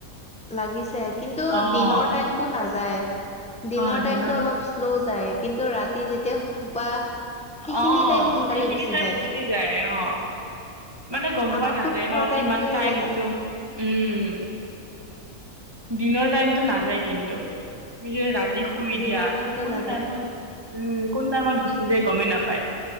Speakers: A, in the centre; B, on the right.
A: লাগিছে, কিন্তু
B: অ',
A: দিনৰ টাইমতটো নাযায়, দিনৰ
B: অ', দিনত
A: টাইমতটো অলপ শ্ল' যায়। কিন্তু ৰাতি যেতিয়া শুবা সেইখিনি
B: অ'
A: টাইম সোনকালে
B: সেইখিনি টাইম
A: যায়।
B: গুচি যায়, অ'। মানে গম
A: আমাকতো
B: পোৱা নাযায়
A: খোৱা
B: ন,
A: টাইমটোহে
B: কিমান টাইমতটো,
A: লাগে
B: উম। দিনৰ টাইমতটো নাযায় কিন্তু, তুমি যে ৰাতি শুই
A: দিনৰ
B: দিয়া,
A: টাইমতটো
B: কোন
A: নাযায়।
B: টাইমত উম, কোন টাইমত গুচি যায় গমেই নাপায়।